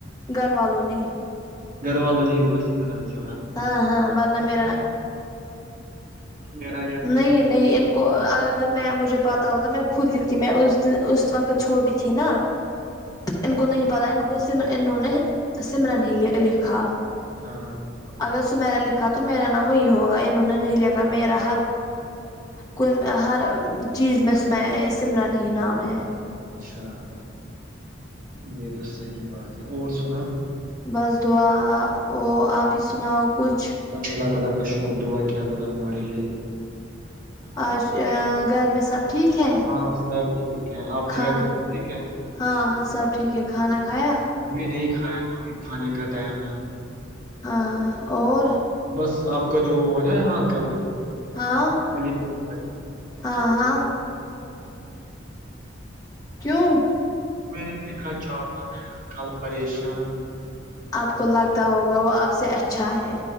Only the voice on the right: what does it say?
گھر والوں نے ہی بولا سمران سمران
میرا یہ
سب
کو دیتی
ہے
نا
سمرن
نہیں
ہاں
اچھا یہ تو صحیح بات ہے اور سنا
بس اللہ تعالی کا شکر دعا کیا کرو ہمارے لیے
اور
ہاں سب ٹھیک ہے آپ کے
گھر میں ٹھیک ہے
ابھی نہیں کھایا ابھی کھانے کا ٹائم ہے
بس آپ کا جو وہ ہونا ہے انکل
علی احمد
میں نے دیکھا چڑنا میں کل پریشان